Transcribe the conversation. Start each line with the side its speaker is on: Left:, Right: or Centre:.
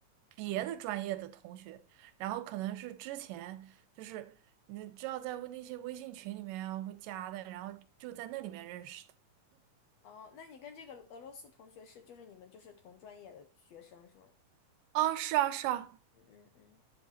Right: 别的专业的同学，然后可能是之前就是你知道在那些微信群里面啊会加的，然后就在那里面认识的。
Left: 哦，那你跟这个俄罗斯同学是，就是你们就是同专业的学生是吗？
Right: 啊，是啊，是啊。
Left: 嗯嗯嗯。